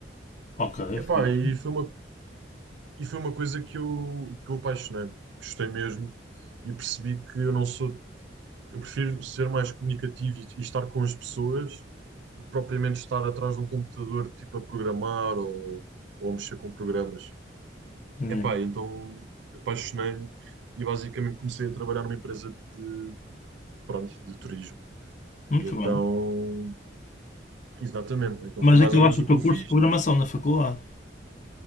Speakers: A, on the left; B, on the right.
A: Ok,
B: Epá,
A: fixe.
B: e foi uma, e foi uma coisa que eu, que eu apaixonei, gostei mesmo e percebi que eu não sou, eu prefiro ser mais comunicativo e, e estar com as pessoas do que propriamente estar atrás de um computador, tipo a programar ou, ou a mexer com programas.
A: Yeah.
B: Epá, então apaixonei-me e basicamente comecei a trabalhar numa empresa de, pronto, de turismo.
A: Muito
B: E então,
A: bem.
B: exatamente, então
A: Mas
B: foi
A: acabaste
B: mais ou menos
A: o
B: o
A: teu
B: que eu
A: curso
B: fiz.
A: de programação na faculdade.